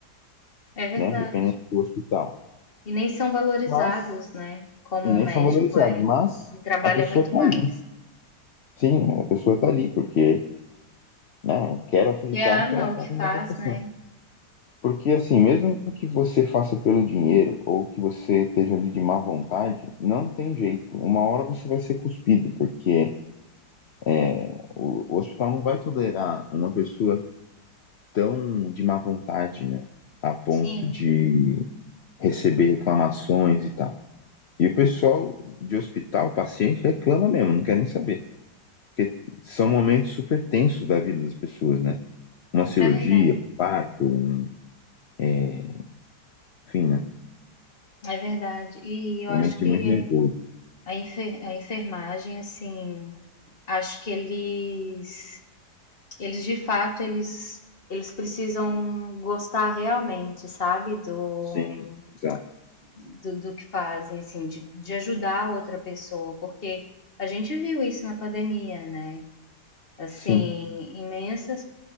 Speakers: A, on the left; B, on the left.
A: É
B: né?
A: verdade.
B: Dependendo do hospital.
A: E nem são valorizados,
B: Mas,
A: né? Como
B: e
A: o
B: nem
A: médico
B: são valorizados,
A: é.
B: mas
A: Ele trabalha
B: a pessoa
A: muito
B: tá
A: mais.
B: ali. Sim, a pessoa tá ali, porque, né? eu Quero acreditar
A: E ama
B: que ela tá
A: o que
B: numa
A: faz,
B: vocação.
A: né?
B: Porque, assim, mesmo que você faça pelo dinheiro ou que você esteja ali de má vontade, não tem jeito. Uma hora você vai ser cuspido, porque é, o, o hospital não vai tolerar uma pessoa tão de má vontade, né? A ponto
A: Sim,
B: de receber reclamações e tal. E o pessoal de hospital, paciente, reclama mesmo, não quer nem saber. Porque são momentos super tensos da vida das pessoas, né? Uma cirurgia,
A: é verdade.
B: um parto, um, é, enfim, né?
A: É verdade. E eu
B: Momentos
A: acho que
B: de muito nervoso.
A: a enfer- a enfermagem, assim, Acho que eles eles de fato eles eles precisam gostar realmente, sabe, do
B: Sim, exato.
A: do, do que fazem, assim, de, de ajudar a outra pessoa, porque a gente viu isso na pandemia, né? Assim,
B: Sim,
A: imensas